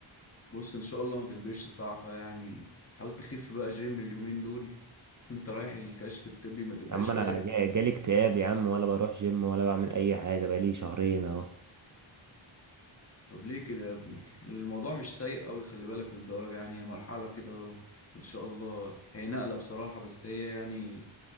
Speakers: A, on the left (about 30°); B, on the right (about 40°).
A: بص ان شاء الله ما تلبسش صاعقة يعني حاول تخف بقى جيم اليومين دول <laughs> وانت رايح الكشف الطبي ما تبقاش
B: يا عم انا
A: واقف
B: جا-
A: يعني
B: جالي اكتئاب يا عم ولا بروح جيم ولا بعمل اي حاجة بقالي شهرين اهو
A: طب ليه كده يا ابني الموضوع مش سيء قوي خلي بالك للدرجة يعني هي مرحلة كده وان شاء الله هي نقلة بصراحة بس هي يعني